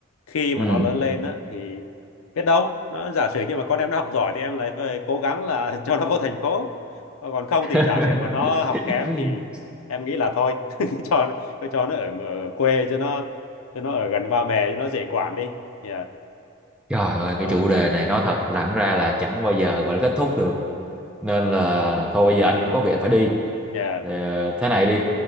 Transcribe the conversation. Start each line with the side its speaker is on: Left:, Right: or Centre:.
Left: khi mà
Centre: ừ
Left: nó lớn lên á thì biết đâu nó giả sử nhưng mà con em nó học giỏi thì em lại phải cố gắng là <laughs> cho nó vô thành phố còn không
Centre: <laughs>
Left: thì giả sử mà nó học kém thì em nghĩ là thôi <laughs> cho cho nó ở, ở quê cho nó cho nó ở gần ba mẹ cho nó dễ quản đi yeah
Centre: Trời ơi
Left: còn
Centre: cái chủ đề
Left: à,
Centre: này nói thật thẳng ra là chẳng bao giờ gọi là kết thúc được nên là thôi bây giờ anh cũng có việc anh phải đi
Left: yeah
Centre: Ờ, thế này đi